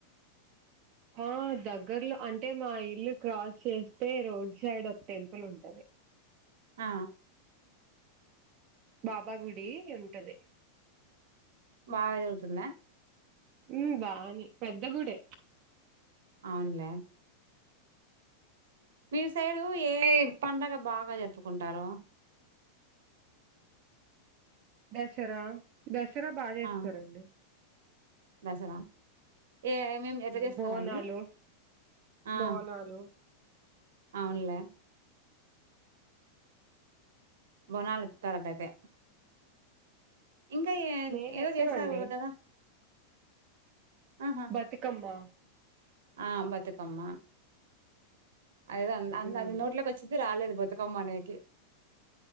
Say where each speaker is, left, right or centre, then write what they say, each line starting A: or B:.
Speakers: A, on the right; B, on the right.
A: ఆ దగ్గర్లో అంటే మా ఇల్లు క్రాస్ చేస్తే రోడ్ సైడ్ ఒక టెంపుల్ ఉంటది.
B: ఆ
A: బాబా గుడి ఉంటది
B: బాగా జరుగుతుందా
A: హ్మ్ బానే పెద్ద గుడే
B: అవునులే మీ సైడు ఎం పండగ బాగా ఎత్తుకుంటారో
A: దసరా దసరా బాగా చేస్తారండి
B: ఆ దసరా ఏ మేము ఎట్టా
A: హ్మ్.
B: చేస్తారాండి
A: బోనాలు
B: ఆ
A: బోనాలు
B: అవునులే బోనాలు ఎత్తుతారట్లయితే ఇంకా ఎద్
A: మేం
B: ఏదో
A: ఎత్తమండి
B: చేస్తారు కదా ఆహా
A: బతుకమ్మా
B: ఆ బతుకమ్మా అదేదో అ
A: హ్మ్
B: అది నోట్లకి వచ్చింది రాలేదు బతుకమ్మ అనేకి